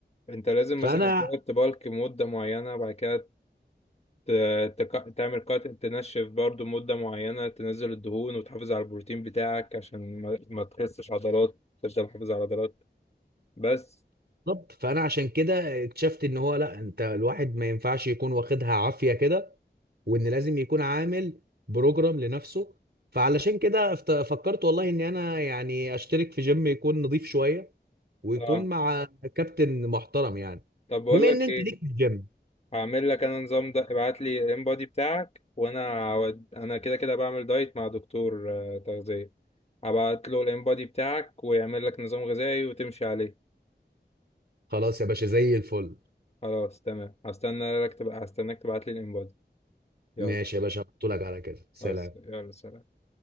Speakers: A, on the left; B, on the right.
A: انت لازم
B: فانا
A: مثلا تقعد تبالك مدة معينة بعد كده ت- تك- تعمل كات تنشف برضو مدة معينة تنزل الدهون وتحافظ على البروتين بتاعك عشان ما, ما تخسش عضلات تفضل محافظ على عضلات بس
B: بالظبط فانا عشان كده اكتشفت ان هو لا انت الواحد ما ينفعش يكون واخدها عافيه كده وان لازم يكون عامل بروجرام لنفسه فعلشان كده افت- فكرت والله اني انا يعني اشترك في جيم يكون نظيف شويه ويكون
A: اه
B: مع كابتن محترم يعني
A: طب بقول
B: بما
A: لك
B: ان انت
A: ايه
B: ليك في الجيم
A: هعمل لك انا نظام ده ابعت لي الام بودي بتاعك وانا هود- انا كده كده بعمل دايت مع دكتور آه، تغذية هبعت له الام بودي بتاعك ويعمل لك نظام غذائي وتمشي عليه
B: خلاص يا باشا زي الفل
A: خلاص تمام هستنى لك تبقى هستناك تبعت لي الام بودي يلا
B: ماشي يا باشا هبعتهولك على كده سلام
A: خلاص يلا سلام